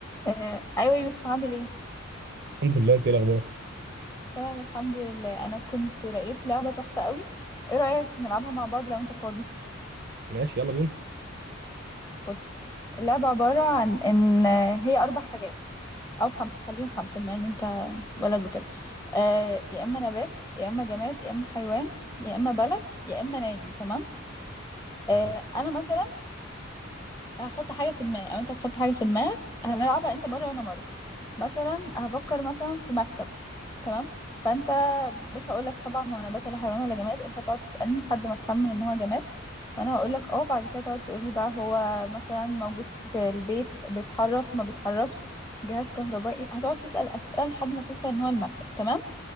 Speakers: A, on the left (about 15°); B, on the right (about 55°).
A: آه، ايوه يوسف عامل ايه
B: الحمد لله انت ايه الاخبار
A: تمام الحمد لله انا كنت لقيت لعبه تحفه قوي ايه رايك نلعبها مع بعض لو انت فاضي
B: ماشي يلا بينا
A: بص اللعبه عباره عن ان آه، هي اربع حاجات او خمسه خليهم خمسه بما ان انت ولد وكده آه يا اما نبات يا اما جماد يا اما حيوان يا اما بلد يا اما نادي تمام
B: تمام
A: آه انا مثلا هحط حاجه في دماغي او انت هتحط حاجه في دماغك هنلعبها انت مره وانا مره مثلا هفكر مثلا في مكتب تمام فانت مش هقولك طبعا هو نبات ولا حيوان ولا جماد انت هتقعد تسألني لحد ما تخمن ان هو جماد وانا هقولك اه بعد كده تقعد تقولي بقى هو مثلا موجود في البيت بيتحرك ما بيتحركش جهاز كهربائي هتقعد تسأل أسئلة لحد ما توصل ان هو المكتب تمام